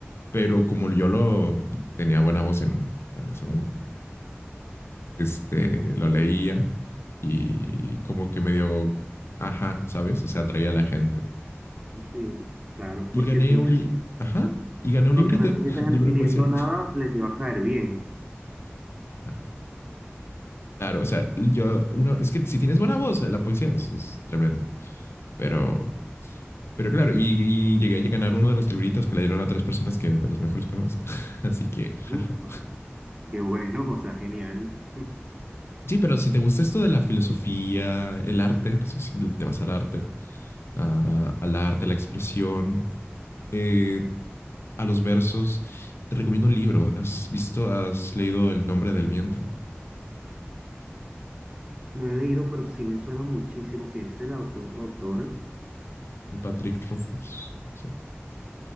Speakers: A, on the left; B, on the right.
A: pero como yo lo tenía buena voz en, bueno, en ese momento, este, lo leía y como que medio, ajá, ¿sabes? O sea, atraía a la gente.
B: Sí, claro,
A: Y
B: porque
A: gané
B: es que
A: un, li ajá, y gané un
B: aunque
A: librito,
B: no estuviesen
A: <laughs> un
B: entendiendo
A: libro de poesía.
B: nada, les iba a caer bien.
A: Ah, Claro, o sea, yo, una, es que si tienes buena voz, la poesía es, es tremendo, pero, pero claro, y, y, llegué a ganar uno de los libritos que le dieron a tres personas que de los mejores poemas. <laughs> Así que, jaja.
B: Uf, ujú, qué bueno, o sea, genial. <laughs>
A: Sí, pero si te gusta esto de la filosofía, el arte, no sé si te vas al arte, a- al arte, a la expresión, eh, a los versos. Te recomiendo un libro. ¿Has visto, has leído El nombre del viento?
B: No lo he leído, pero sí me suena muchísimo que es el autor o autora,
A: El Patrick Rothfuss. Sí,